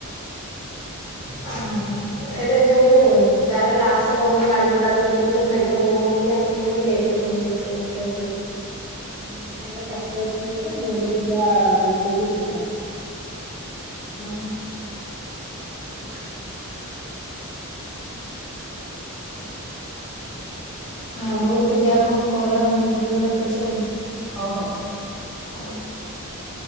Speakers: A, on the left; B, in the centre.
A: ହଁ-ହଁ। ଏଟା ଯୋଉ-ଉ-ଉ ତାର ଲାଷ୍ କହନି ଗାଡି ଭଡା କରି ଯାଇଥିଲେ, ମେଘ ପବନ ବୋଲି ଆସିଲେ ଯେ ଲେ ସେଠି ପହଞ୍ଚିଲେ ସେ ମାନେ କହୁଥିଲା।
B: ଉଁ-ଉଁ-ଉଁ ତାର ଚାରଟାରୁ ଛଅଟା ଥିଲା ମୋର ଥିଲା ଗୋଟେରୁ ତିନିଟା।
A: ହ <inaudible> ଆଉ ତୁ ଯାଆ କଣ କର ମୋ ବୋଉ ଡାକୁଛି ଆଉ।
B: ହଉ ହଉ।
A: ହଉ।
B: ହଁ।